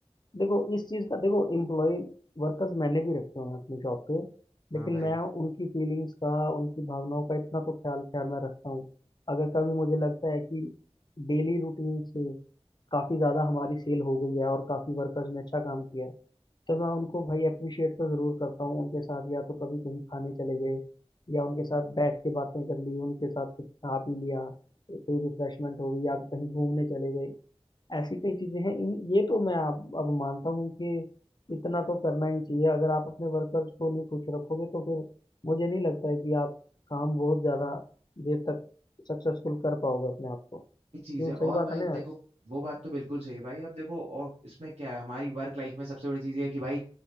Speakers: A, on the left; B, on the right.
A: देखो इस चीज का देखो एम्प्लॉय वर्कर्स मैंने भी रखे हुए हैं अपनी शॉप पे
B: हाँ
A: लेकिन
B: भाई
A: मैं उनकी फीलिंग्स का उनकी भावनाओं का इतना तो ख्याल खैर मैं रखता हूँ अगर कभी मुझे लगता है कि डेली रूटीन से काफी ज्यादा हमारी सेल हो गई है और काफी वर्कर्स ने अच्छा काम किया है तो मैं उनको भाई अप्रिशिएट तो ज़रूर करता हूँ उनके साथ या तो कभी कहीं खाने चले गए या उनके साथ बैठ के बातें कर ली उनके साथ कुछ खा पी लिया कोई रिफ्रेशमेंट हो गई या कहीं घूमने चले गए ऐसी कई चीज़ें हैं इन ये तो मैं आप अब मानता हूँ कि इतना तो करना ही चाहिए अगर आप अपने वर्कर्स को नहीं खुश रखोगे तो फिर मुझे नहीं लगता है कि आप काम बहुत ज़्यादा देर तक सक्सेसफुल कर पाओगे अपने आप को क्यों
B: चीज है और
A: सही
B: भाई
A: बात है ना
B: देखो
A: यार
B: वो बात तो बिल्कुल सही है भाई अब देखो और इसमें क्या है हमारी वर्क लाइफ में सबसे बड़ी चीज ये है कि भाई